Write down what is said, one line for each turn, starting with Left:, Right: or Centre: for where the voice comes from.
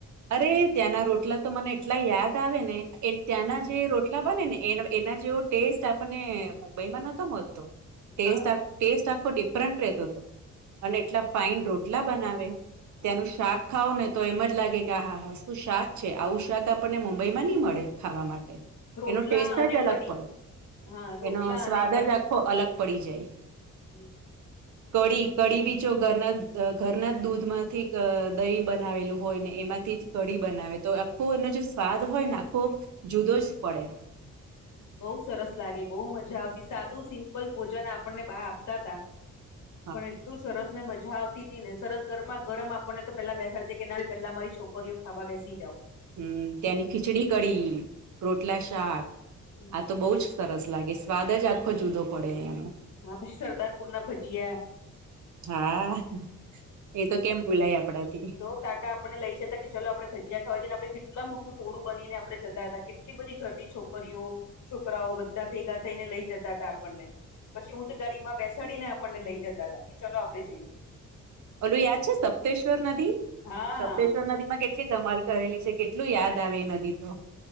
Right: અરે ત્યાંના રોટલા તો મને એટલા યાદ આવે ને ત્યાંના જે રોટલા બને ને એન એના જેવો ટેસ્ટ આપને મુંબઈમાં નતો મળતો ટેસ્ટ-ટેસ્ટ
Left: હા
Right: આખો ડિફરન્ટ રહેતો હતો અને એટલા ફાઈન રોટલા બનાવે ત્યાંનું શાક ખાવ ને તો એમ જ લાગે ક હા હા શું શાક છે આવું શાક આપણને મુંબઈ માં નહી મળે ખાવા માટે
Left: રોટલા
Right: એનો ટેસ્ટ
Left: અને
Right: જ અલગ
Left: કઢી
Right: પડે
Left: હા રોટલા
Right: એનો સ્વાદ
Left: અને
Right: જ આખો અલગ પડી જાય.
Left: હમ્મ
Right: <inaudible> કઢી કઢી બી જો ઘરના ઘરના જ દૂધમાંથી દ-દહીં બનાવેલું હોય ને એમાં થી જ કડી બનાવે બનાવે તો આખો એનો જે સ્વાદ હોય ને આખો જુદો જ પડે
Left: બહુ સરસ લાગે બહુ મજા આવતી સાદું સિમ્પલ ભોજન આપણને બા આપતા તા
Right: <inaudible>
Left: પણ એટલું સરસ ને મજા આવતી હતી ને સરસ ગરમા ગરમ આપણને તો પેલા બેસાડી દે કે ના પેલા મારી છોકરીઓ ખાવા બેસી જાવ
Right: હમ તેની ખીચડી-કડી, રોટલા-શાક
Left: હમ્મ
Right: આ તો બહુ જ સરસ લાગે સ્વાદ જ આખો જુદો પડેનો
Left: હા પછી સરદારપુર ના ભજીયા
Right: હા એતો કેમ ભૂલાય આપડાથી
Left: હઓ કાકા આપણે લઈ જતા કે ચલો આપણે ભજીયા ખાવા જ ને આપણે કેટલા મોટું ટોળું બનીને આપણે જતા હતા કેટ કેટલી બધી ઘરની છોકરીઓ છોકરાઓ બધા ભેગા થઈને લઈ જતા હતા. આપણને પછી ઊંટ ગાડી માં બેસાડીને આપણને લઈ જતા હતા કે ચલો આપડે જઈએ.
Right: ઓલું યાદ છે સપ્તેશ્વર નદી
Left: હા
Right: સપ્તેશ્વર નદી માં કે કેટલી ધમાલ કરેલી છે કેટલું યાદ આવે એ નદી તો